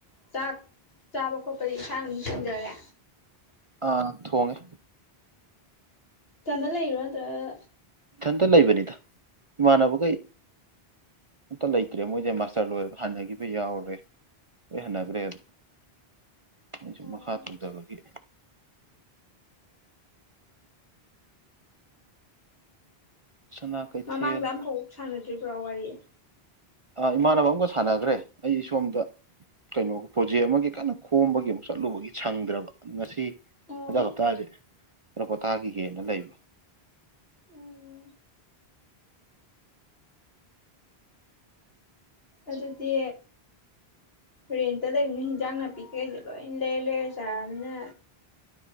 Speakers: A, on the left (about 70°); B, on the right (about 40°).
A: ꯆꯥꯛ ꯆꯥꯕ ꯈꯣꯠꯄꯗꯤ ꯏꯁꯥꯅ ꯑꯗꯨꯝ ꯆꯁꯤꯡꯖꯔꯦ
B: ꯑꯥ ꯊꯣꯡꯉꯦ
A: ꯀꯃꯦꯂ ꯏꯕ ꯇꯔ
B: ꯑꯝꯇ ꯂꯩꯕꯅꯤꯗ ꯏꯃꯥꯟꯅꯕꯈꯩ ꯑꯝꯇ ꯂꯩꯇ꯭ꯔꯦ ꯃꯣꯏꯁꯦ ꯃꯥꯁꯇꯔ ꯂꯣꯏꯔꯒ ꯍꯟꯅꯈꯤꯕ ꯌꯥꯎꯔꯦ ꯂꯣꯏ ꯍꯟꯅꯈ꯭ꯔꯦꯕ ꯑꯩꯁꯨ
A: ꯑꯣ
B: ꯃꯈꯥ ꯇꯧꯊꯕꯒꯤ ꯁꯅꯥ ꯀꯩꯊꯦꯜ
A: ꯃꯃꯥꯡꯗ ꯑꯝꯐꯥꯎ ꯁꯥꯟꯅꯗ꯭ꯔꯤꯕ꯭ꯔꯣ ꯋꯥꯔꯤ
B: ꯑ ꯏꯃꯥꯟꯅꯕ ꯑꯃꯒ ꯁꯥꯟꯅꯈ꯭ꯔꯦ ꯑꯩ ꯁꯣꯝꯗ ꯀꯩꯅꯣ ꯄ꯭ꯔꯣꯖꯦꯛ ꯑꯃꯒꯤ ꯀꯟꯅ ꯈꯣꯝꯕꯒꯤ ꯑꯃꯨꯛ ꯆꯠꯂꯨꯕꯒꯤ ꯁꯪꯗ꯭ꯔꯕ ꯉꯁꯤ
A: ꯑꯣ
B: ꯍꯖ ꯀꯞꯇꯥꯁꯦ ꯀꯩꯅ ꯄꯣꯊꯥꯈꯤꯒꯦꯅ ꯂꯩꯕ
A: ꯎꯝ ꯑꯗꯨꯗꯤ ꯔꯦꯟꯇ ꯂꯩꯕꯅꯤ ꯍꯟꯖꯥꯡ ꯅꯥꯄꯤ ꯀꯩꯀꯩꯁꯦ ꯂꯣꯏ ꯂꯩꯔ ꯂꯩꯔ ꯆꯥꯔꯝꯅ